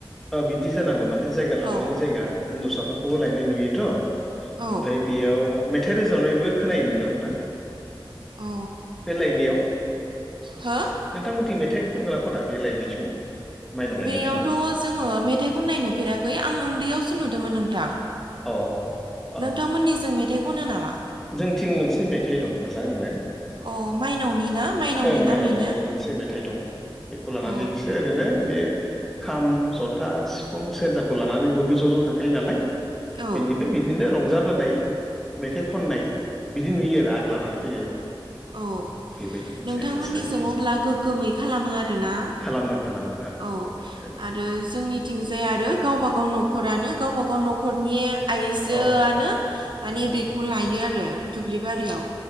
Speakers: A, in the centre; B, on the right (about 60°).
A: ओ बिदि जानांगौ माने जायगा लांनानै
B: औ
A: जायगा हिनजावसाफोरखौबो लायनाय नुयोथ'।
B: औ
A: ओमफ्राय बेयाव मेथाइ रोजाबनायबो खोनायोमोन ना नोंथां?
B: औ
A: बे लायनायाव
B: हो
A: नोंथांमोनथिंबाय थाइ खनग्रा फोरा बे लायनाय समाव माइनाव
B: बेयावथ'
A: लायनाय समाव।
B: जोङो मेथाइ खन्नाय नुफेराखै आं उन्दैयावसो नुदोंमोन नोंथां।
A: अ ओं ओं
B: नोंथांमोननि जों मेथाइ खनो नामा?
A: जोंथिं मोनसे मेथाइ दं मोजांनो।
B: अ माइनावनि ना
A: ओं माइनावनि
B: नामैनो
A: मोनसे मेथाइ दं बेखौ लानानै
B: औ
A: बिसोर ओरैनो बे खाम जथा सिफुं सेरजाखौ लानानै बयबो ज' ज' थांखायो नालाय।
B: औ
A: बेनिफ्राय बिदिनो रंजाबोनाय मेथाइ खननाय बिदि नुयो आरो आग लानानै फैनायाव।
B: औ।
A: बेबायदि मोनसे
B: नोंथांमोननिजों
A: थासारि
B: अब्ला गोग्गोमै खालामो आरो ना?
A: खालामो खालामो ओं
B: औ
A: जोंथिं
B: आरो जोंनिथिंजाय आरो गावबागाव न'खरानो गावबा गाव न'खरनि आइजोआनो
A: औ
B: माने
A: उम
B: बेखौ लायो आरो दुब दुब्लि बारियाव